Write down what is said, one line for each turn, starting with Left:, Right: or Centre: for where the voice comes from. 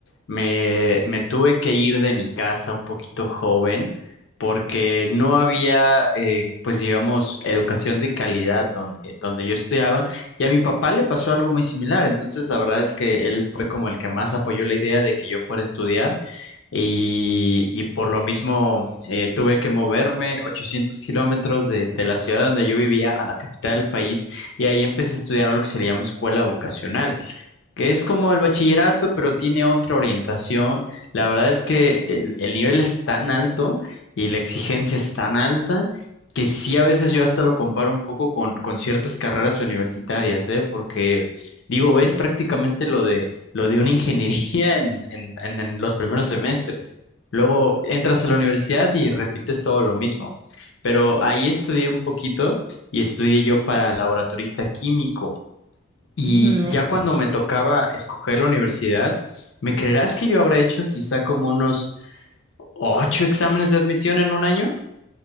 Left: me, me tuve que ir de mi casa un poquito joven porque no había, eh, pues digamos, educación de calidad donde, donde yo estudiaba y a mi papá le pasó algo muy similar, entonces la verdad es que él fue como el que más apoyó la idea de que yo fuera a estudiar y, y por lo mismo eh, tuve que moverme 800 kilómetros de, de la ciudad donde yo vivía a la capital del país Y ahí empecé a estudiar lo que se le llama escuela vocacional, que es como el bachillerato, pero tiene otra orientación. La verdad es que el, el nivel es tan alto y la exigencia es tan alta que sí a veces yo hasta lo comparo un poco con, con ciertas carreras universitarias, ¿eh? Porque digo, ves
Right: Ujú,
Left: prácticamente lo de, lo de una ingeniería en, en, en en los primeros semestres. Luego entras a la universidad y repites todo lo mismo. Pero ahí estudié un poquito y estudié yo para laboratorista químico. Y
Right: ujú,
Left: ya
Right: ujú.
Left: cuando me tocaba escoger la universidad, ¿me creerás que yo habré hecho quizá como unos ocho exámenes de admisión en un año?